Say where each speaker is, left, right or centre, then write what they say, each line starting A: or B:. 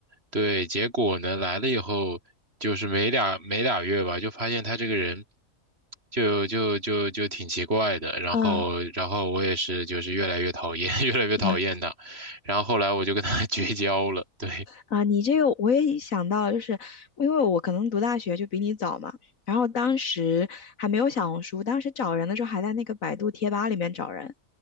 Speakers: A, on the right; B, on the left.
A: 对，结果呢，来了以后，就是没俩没俩月吧，就发现他这个人就，就就就挺奇怪的。然后，
B: 嗯
A: 然后我也是，就是越来越讨厌，<laughs> 越来越讨厌他。
B: 嗯
A: 然后后来我就跟他 <laughs> 绝交了。对，
B: 啊，你这个我也想到，就是因为我可能读大学就比你早嘛，然后当时还没有小红书，当时找人的时候还在那个百度贴吧里面找人，